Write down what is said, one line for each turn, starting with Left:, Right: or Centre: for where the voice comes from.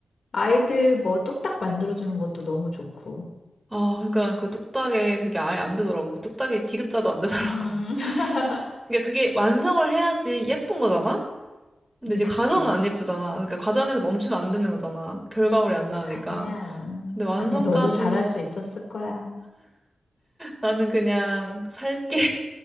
Left: 아이들 뭐 뚝딱 만들어주는 것도 너무 좋고.
Right: 아, 그러니까 그 뚝딱에 그게 아예 안 되더라고. 뚝딱에 디귿자도 안 되더라고.
Left: 음, <laughs>
Right: <laughs> 그러니까 그게 완성을 해야지 예쁜 거잖아? 근데
Left: 음,
Right: 이제
Left: 그치.
Right: 과정은 안 예쁘잖아. 그러니까 과정에서 멈추면 안 되는 거잖아. 결과물이 안 나오니까.
Left: 아니야.
Right: 근데 완성까지
Left: 아니야, 너도 잘할 수 있었을 거야.
Right: 나는 그냥 살게.